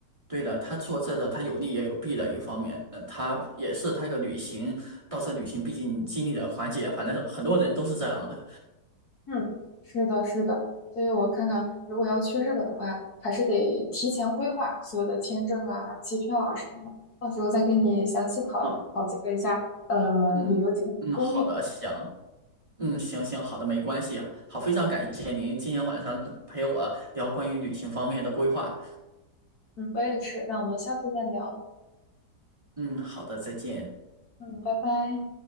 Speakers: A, on the right; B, on the left.
A: 对的，他做这个他有利也有弊的一方面，嗯，他也是他一个旅行到这旅行必经经历的环节，反正很多人都是这样的。
B: 嗯，是的，是的，所以我看看，如果要去日本的话，还是得提前规划所有的签证啊、机票啊什么的，到时候再跟你详细讨讨教一下，
A: 嗯
B: 呃，
A: 嗯嗯，
B: 旅游景点攻略。
A: 好的，行。嗯，行行，好的，没关系啊。好，非常感谢您今天晚上陪我聊关于旅行方面的规划。
B: 嗯，我也是，那我们下次再聊。
A: 嗯，好的，再见。
B: 嗯，拜拜。